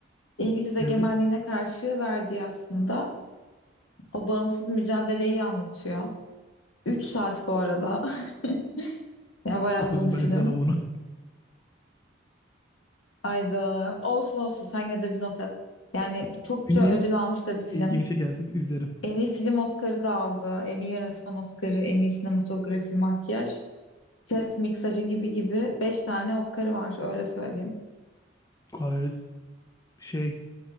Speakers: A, on the left (about 80°); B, on the left (about 15°).
A: İngiliz egemenliğine
B: Evet,
A: karşı verdiği aslında o bağımsız mücadeleyi anlatıyor. Üç saat bu arada. <laughs> Yani bayağı
B: çok
A: uzun
B: uzun
A: bir
B: ben
A: film.
B: izlemem onu.
A: Ayda olsun olsun sen yine de bir not et. Yani
B: <laughs>
A: çokça
B: Dinleyeyim.
A: ödül almış da bir film.
B: İlgimi çekerse izlerim.
A: En iyi film Oscar'ı da aldı. En iyi yönetmen Oscar'ı, en iyi sinematografi, makyaj, ses miksajı gibi gibi 5 tane Oscar'ı var öyle söyleyeyim.
B: Gayet şey